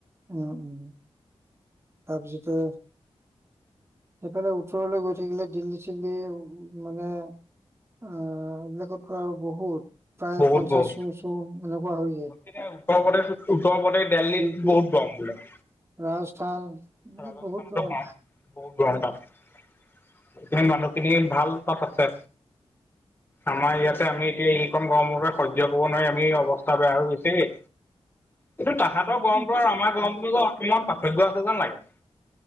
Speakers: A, on the right; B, on the left.
A: উম উম তাৰপিছতে সেইফালে উত্তৰলৈ গৈ থাকিলে দিল্লী-চিল্লী মানে অ, এইবিলাকত আৰু বহুত, প্ৰায়
B: বহুত
A: পঞ্চাশ
B: বহুত
A: ওচৰ এনেকোৱা হয়গে।
B: এতিয়া উত্তৰ প্ৰদেশ উত্তৰ প্ৰদেশ দিল্লীত
A: পি,
B: বহুত গৰম বোলে।
A: ৰাজস্থান এইবিলাকত
B: ৰাজস্থানতো
A: বহুত গৰম।
B: কম বহুত গৰম তাত। সেই মানুহখিনি ভাল তাত আছে আমাৰ ইয়াতে আমি এতিয়া এইকণ গৰমৰ পৰা সহ্য কৰিব নোৱাৰি আমি অৱস্থা বেয়া হৈ গৈছে। কিন্তু তাহাঁতৰ
A: আহোঁতে
B: গৰমতো আৰু আমাৰ গৰমতো
A: অ',
B: যে অকমান পাৰ্থক্য আছে যেন লাগে।